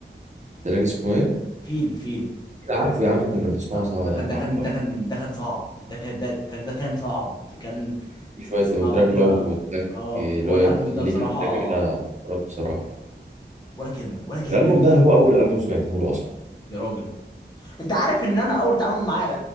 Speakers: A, on the right (about 40°); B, on the left (about 20°).
A: تراك اسمه ايه؟
B: فيل فيل
A: لا، عارفه يا عم كنا بنسمعه
B: لا
A: سوا
B: ده
A: ده
B: كان ده
A: عارفه
B: كان ده كان ده كان صعب ده كان ده التراك ده كان صعب كان
A: في شوية
B: تسمعه
A: وتراك
B: كده
A: لاف وتراك
B: اه
A: لويال
B: هو الالبوم
A: في
B: ده
A: ليه
B: بصراحه
A: كام تراك كده مرات بصراحة
B: ولا كلمه ولا كلمه
A: الألبوم ده هو أول ألبوم سمعته له أصلا
B: يا راجل انت عارف ان انا اول تعامل معايا